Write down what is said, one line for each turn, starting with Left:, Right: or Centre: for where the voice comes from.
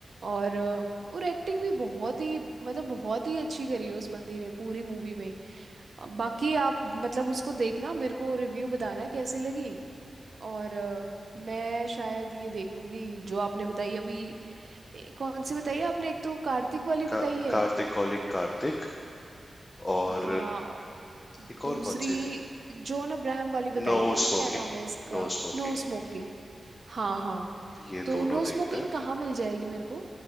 Right: और अ, और एक्टिंग भी बहुत ही मतलब बहुत ही अच्छी करी है उस बंदी ने पूरी मूवी में अ, बाकी आप मतलब उसको देखना मेरे को रिव्यू बताना कैसी लगी और अ, मैं शायद ये देखूंगी जो आपने बताई अभी ए, कौन सी बताई है आपने एक तो कार्तिक वाली बताई
Left: का,
Right: है
Left: कार्तिक कॉलिंग कार्तिक और
Right: हाँ
Left: एक
Right: दूसरी
Left: और कौन सी थी
Right: जॉन अब्राहम वाली बताई
Left: No
Right: ना एक
Left: smoking
Right: क्या नाम है इसका
Left: No smoking
Right: No smoking हाँ हाँ
Left: ये
Right: तो
Left: दोनों
Right: नो
Left: देखते
Right: स्मोकिंग
Left: हैं
Right: कहाँ मिल जाएगी मेरे को